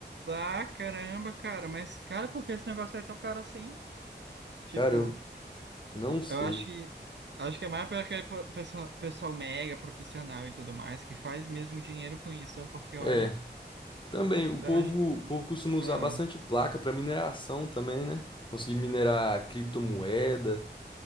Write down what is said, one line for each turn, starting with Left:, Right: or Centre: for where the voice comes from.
Right: Ah, caramba, cara, mas cara, por que esse negócio é tão caro assim? Tipo,
Left: Cara, eu não sei.
Right: eu acho que acho que é mais para aquele po- pessoal, pessoal mega profissional e tudo mais que faz mesmo dinheiro com isso, sabe? porque
Left: É,
Right: olha,
Left: também o
Right: pra-
Left: povo, o povo costuma usar
Right: ah,
Left: bastante placa pra mineração também, né? Conseguir minerar criptomoeda.